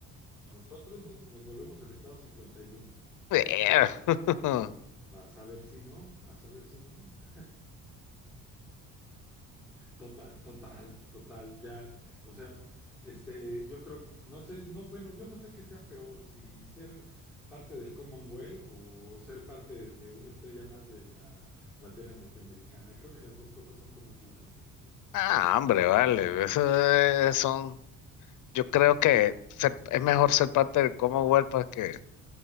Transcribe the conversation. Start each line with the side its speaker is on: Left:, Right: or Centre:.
Centre: nosotros nos, nos volvemos el Estado 51.
Left: Eh. <laughs>
Centre: Vas a ver si no, vas a ver si no. <laughs> Total, total, total, ya, o sea, este, yo creo que, no sé, no, bueno, yo no sé qué sea peor, si ser parte del Commonwealth o ser parte de una estrella más de la bandera norteamericana, creo que las dos cosas son como equivalentes, ¿no?
Left: Ah, hombre, vale. Eso es- son. Yo creo que ser- es mejor ser parte del Commonwealth porque